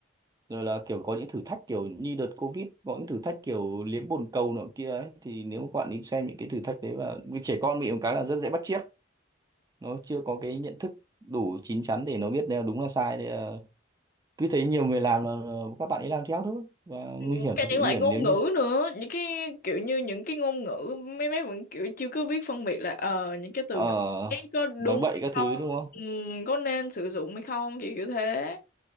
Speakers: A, on the right; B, on the left.
A: rồi là kiểu có những thử thách kiểu như đợt Covid có những thử thách kiểu liếm bồn cầu nọ kia ấy thì nếu các bạn đi xem những cái thử thách đấy và vì trẻ con bị một cái là rất dễ bắt chước nó chưa có cái nhận thức đủ chín chắn để nó biết là đúng là sai thì là cứ thấy nhiều người làm là ờ, các bạn ấy làm theo thôi và
B: Ừ,
A: nguy hiểm
B: cả
A: thực
B: những
A: sự nguy
B: loại
A: hiểm
B: ngôn
A: nếu như
B: ngữ nữa những cái kiểu như những cái ngôn ngữ mấy bé vẫn kiểu chưa có biết phân biệt là ờ những cái từ
A: ờ,
B: ngữ ấy có đúng
A: nói bậy
B: hay
A: các
B: không
A: thứ đúng không
B: ừ, có nên sử dụng hay không kiểu kiểu thế